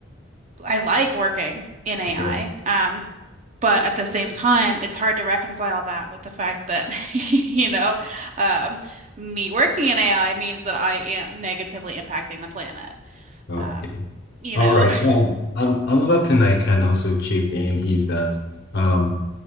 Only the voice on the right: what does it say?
I like working in AI.
Um, but at the same time, it's hard to reconcile that with the fact that, <laughs> you know, um, me working in AI means that I am negatively impacting the planet.
Um, you
know.
<laughs>